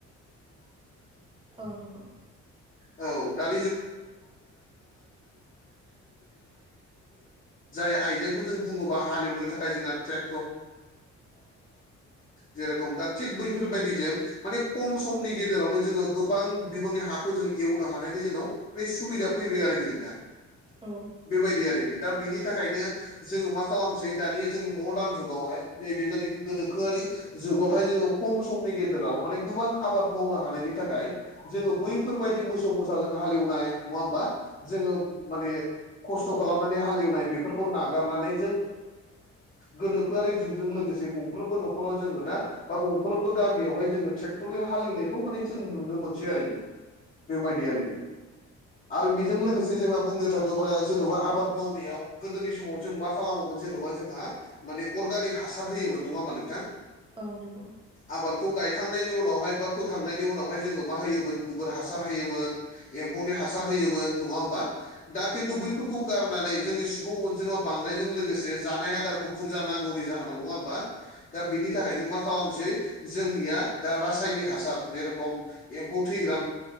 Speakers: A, on the right (about 15°); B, on the left (about 25°).
A: औ नंगौ।
B: औ। जाय आइजेंखौ जों बुङोबा हालेवनो थाखाय नाजों जेरखम दा थिग बैफोरबायदिजों माने खम समनि गेजेरावनो जोङो गोबां बिबांनि हाखौ जों एवनो हानायनि जोंनाव बे सुबिदा फैबाय आरोखि नोंथां
A: औ
B: बेबायदि आरोखि दा बिनि थाखायनो जोङो मा खालामसै दानि जोंनि मदार्न जुगावहाय नैबे जायखि गोनोखोआरि जुगावहाय जोङो खम समनि गेजेराव माने गोबां आबाद मावनो हानायनि थाखाय जोङो बैफोरबायाददि मोसौ मोसा जों हालेवनाय नङा होमबा जोङो माने खस्थ' खालामनानै हालेवनाय बेफोरखौ नागारनानै गोनोखोआरि जुगजों लोगोसे गं <inaudible> बा गंफ्रोमबो गामियावहाय जोङो ट्रेक्टरजों हालेवनायखौ माने जों नुनो मोनसै आरोखि बेबायदि आरोखि आरो बेजों लोगोसे जोंहा बुंनो थाङोबा जेन'बा आबाद मावनायाव गोदोनि समाव जों मा खालामोमोन जेन'बा जोंहा माने अर्गानिक हासार होयोमोन नङा होमा नोंथां
A: औ नंगौ
B: आबादखौ गायखांनायनि उनावहाय बा फोखांनायनि उनावहाय जोङो मा होयोमोन गोबोर हासार होयोमोन। एम्फौनि हासार होयोमोन नङा होमबा दा खिन्थु बैफोरखौ गारनानै जोंनि सुबुं अनजिमा बांनायजों लोगोसे जानाय आदार बुरजा नांगौनि जाहोनाव नङा हा दा बेनि थाखायनो मा खालामसै जोंनिया दा रासायनिक हासार जेरेखम एम्फौ थैग्रा